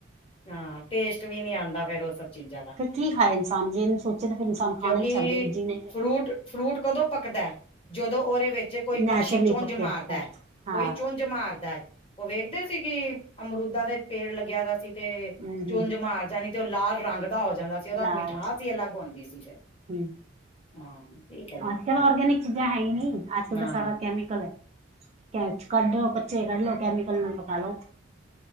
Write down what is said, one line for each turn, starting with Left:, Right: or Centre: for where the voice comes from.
Left: ਹਾਂ ਟੇਸਟ ਵੀ ਨੀ ਆਂਦਾ ਫ਼ੇਰ ਉ ਸਭ ਚੀਜ਼ਾਂ ਦਾ।
Right: ਫਿਰ ਕੀ ਖਾਏ ਇਨਸਾਨ ਜੇਨੂੰ ਸੋਚੇਂ ਤਾਂ ਫੇਰ ਇਨਸਾਨ
Left: ਕਿਉਂਕਿ
Right: ਖਾਣਾਂ ਈ ਛੱਡਦੇ ਜੀਣਾਂ ਹੀ ਛਡ-
Left: ਫਰੂਟ ਫਰੂਟ ਕਦੋਂ ਪੱਕਦਾ ਐ, ਜਦੋਂ ਉਹਦੇ ਵਿੱਚ- ਕੋਈ
Right: ਨੈਚੁਰਲੀ
Left: ਪਕਸ਼ੀ ਚੁੰਝ
Right: ਪੱਕਿਆ
Left: ਮਾਰਦਾ
Right: ਹਾਂ
Left: ਐ
Right: ਹਾਂ
Left: ਕੋਈ ਚੁੰਝ ਮਾਰਦਾ ਹੈ। ਉ ਵੇਖਦੇਂ ਸੀ ਕਿ ਅਮਰੂਦਾ ਦੇ ਪੇੜ ਲੱਗਿਆਂ ਦਾਂ ਸੀ। ਤੇ
Right: ਹੂੰ
Left: ਚੁੰਜ
Right: ਹੂੰ
Left: ਮਾਰ ਜਾਣੀਂ ਤੇ ਉਹ ਲਾਲ ਰੰਗ ਦਾ ਹੋ ਜਾਂਦਾ
Right: ਹੂੰ
Left: ਸੀ ਉਹਦਾ ਮਿਠਾਸ
Right: ਲਾਲ
Left: ਹੀ ਅਲੱਗ ਹੁੰਦੀਂ ਸੀ ਫੇਰ।
Right: ਹੂੰ।
Left: ਹਾਂ ਠੀਕ।
Right: ਅੱਜ ਕੱਲ ਔਰਗੈਨਿਕ ਚੀਜ਼ਾਂ ਹੈ ਹੀ ਨੀ ਅੱਜ ਕੱਲ
Left: ਹਾਂ
Right: ਤਾਂ ਸਾਰਾਂ ਕੈਮੀਕਲ ਐ। ਕੈਚ ਕੱਢੋ ਕੱਚੇ ਕੱਢ ਲੋ ਕੈਮੀਕਲ ਨਾਲ ਪਕਾਂ ਲੋ।